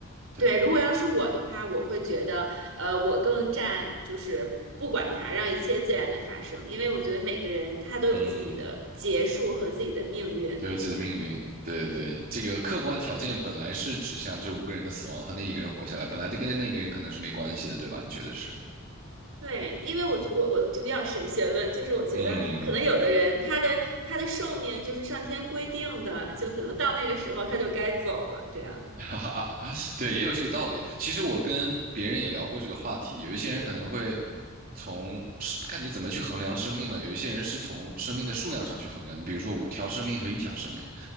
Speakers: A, on the right (about 40°); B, on the right (about 70°).
A: 对，
B: 对，如果要是我的话，我会觉得，呃，我更占就是不管它，让一切自然的发生，因为我觉得每个人他都有自己的结束和自己的命运。
A: 嗯，都有自己的命运，对对对，这个客观条件本来是指向这五个人的死亡和那一个人活下来，本来就跟那个人可能是没关系的，对吧？你觉得是？
B: 对，因为我我我就比较神学论，就是我觉得可能有的人他的他的寿命就是上天规定的，
A: 嗯，
B: 就可能到那个时候他就该走了，这样。
A: <laughs> 哈哈，哈，对，也有这个道理。其实我跟别人也聊过这个话题，有一些人可能会从是看你怎么去衡量生命了，有一些人是从生命的数量上去衡量，比如说五条生命和一条生命，